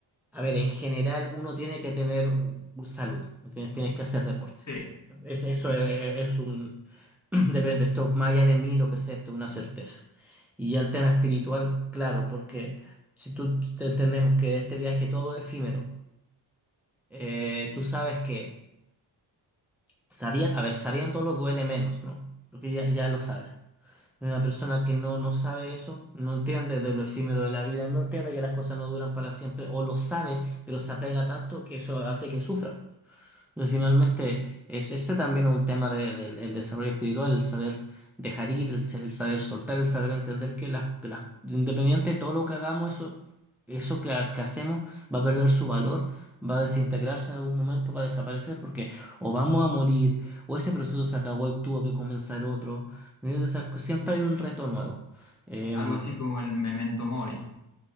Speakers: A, in the centre; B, on the left (about 40°).
A: A ver, en general uno tiene que tener u- salud, ¿entiendes? Tienes que hacer deporte.
B: Sí,
A: Es, eso
B: exacto.
A: es, es un... <clears throat> Depende, esto más allá de mí, lo que sea, esto es una certeza. Y ya el tema espiritual, claro, porque si tú te- entendemos que este viaje todo es efímero, eh, tú sabes que, sabía, a ver, sabiéndolo duele menos, ¿no? Porque ya, ya lo sabes. Una persona que no, no sabe eso, no entiende de lo efímero de la vida, no entiende que las cosas no duran para siempre, o lo sabe, pero se apega tanto que eso hace que sufra. Y finalmente, es, ese también es un tema de- del del desarrollo espiritual, el saber dejar ir, el, sa- el saber soltar, el saber entender que las, que las, independiente de todo lo que hagamos, eso, eso que, ha- que hacemos va a perder su valor, va a desintegrarse en algún momento, va a desaparecer, porque o vamos a morir, o ese proceso se acabó y tuvo que comenzar otro. ¿me entiendes? O sea, que siempre hay un reto nuevo. Em,
B: Algo así como el Memento Mori,